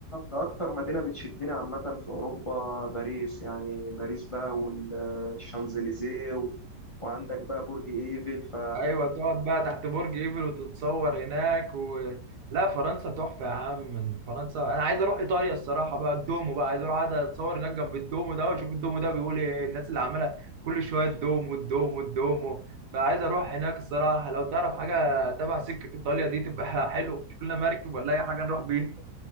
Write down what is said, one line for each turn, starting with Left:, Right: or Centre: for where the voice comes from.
Left: أكتر مدينة بتشدني عامة في أوروبا باريس يعني باريس بقى والشانزليزيه و... وعندك بقى برج إيفل ف
Right: ايوه تقعد بقى تحت برج ايفل وتتصور هناك و... لا فرنسا تحفه يا عم من فرنسا انا عايز اروح ايطاليا الصراحه بقى الدومو بقى عايز اروح اقعد اتصور هناك جنب الدومو ده واشوف الدومو ده بيقول ايه الناس اللي عماله كل شويه الدومو الدومو الدومو فعايز اروح هناك الصراحه لو تعرف حاجه تبع سكه ايطاليا دي تبقى <laughs> حلو تشوف لنا مركب ولا اي حاجه نروح بيها